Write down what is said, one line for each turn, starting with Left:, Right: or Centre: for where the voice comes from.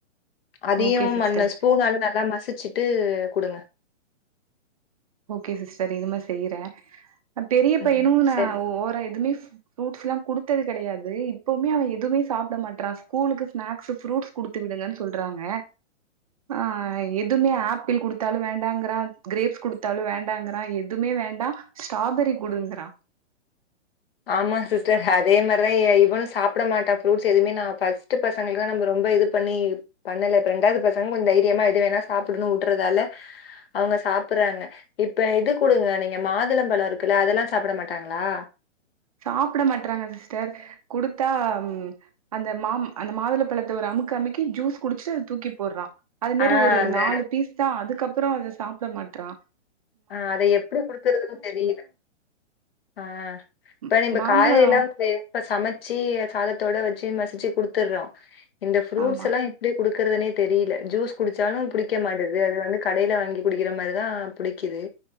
Left: அதையு
Right: ஓகே சிஸ்டர்
Left: மன்ன ஸ்பூனால நல்லா மசிச்சி ட்டு குடுங்க
Right: ஓகே சிஸ்டர் இனிம செய்றே பெரிய பையனு
Left: ம்
Right: நா
Left: சரி
Right: ஓரா எதுமே ஃப் ஃப்ரூட்ஸ்லா குடுத்தது கெடையாது இப்பவுமே அவ எதுவுமே சாப்பிட மாட்டறா ஸ்கூலுக்கு ஸ்நக்ஸ் ஃப்ரூட்ஸ் குடுத்து விடுங்கன்னு சொல்றாங்க ஆ எதுமே ஆப் பிள் குடுத்தாலு வேண்டாங்கிறா கிரேப்ஸ் குடுத் த்தாலு வேண்டாங்கிறா எதுமே வேண்டா ஸ்ட்ராபெரி குடுங்கிறா
Left: ஆமா சிஸ்டர் அதே மாரிதா இ இவனு சாப்பிட மாட்டா ஃப்ரூட்ஸ் எதுமே நா பஸ்ட் பசங்களுக்குதா நம்ம ரொம்ப இது பண்ணி பண்ணல ரெண்டாவது பசங்க கொஞ்ச தைரியமா எது வேணா சாப்பிடுனுவுட்டறதால அவுங்க சாப்பிறாங்க இப்ப இது குடுங்க நீங்க மாதுளம்பழம் இருக்குல்ல அதெல்லா சாப்பிட மாட்டாங்களா
Right: சாப்பிடமாட்டறாங்க சிஸ்டர் குடுத்தா அந்த மாம் அந்த மாதுளப்பழத்த ஒரு அமுக்கு அமுக்கி சூஸ் குடிச்சுட்டு அத தூக்கி போடறா அது மேரி
Left: ஆ
Right: ஒரு
Left: அந்த
Right: நாலு பீஸ்தா அது க்குகப்புறோ அத சாப்பிடமாட்டறா
Left: ஆ அத எப்பிடி குடுக்குறதுன்னு தெரியல ஆ இப்ப
Right: ம்
Left: நீம்ப
Right: மாம்பழோ
Left: காய்கறில்லா கே இப்ப சமைச்சி சாதத்தோட வச்சி மசிச்சி குடுத்துறோ இந்த ஃப்ரூட்ஸ்ல்லாம்
Right: ஆமா
Left: இப்பிடி குடுக்குறதுனே தெரியல சூஸ் குடிச்சாலு புடிக்க மாட்டது அது வந்து கடையில இங்கி குடிக்கிற மாரிதா புடிக் கிது